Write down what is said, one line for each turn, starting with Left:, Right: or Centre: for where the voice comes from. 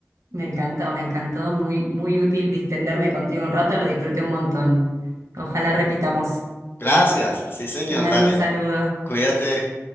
Right: Me encantó, me encantó. Muy, muy útil distenderme contigo un rato, lo disfruté un montón. Ojalá repitamos.
Left: Gracias. Sí, señor,
Right: Te mando
Left: dale.
Right: un saludo.
Left: Cuídate.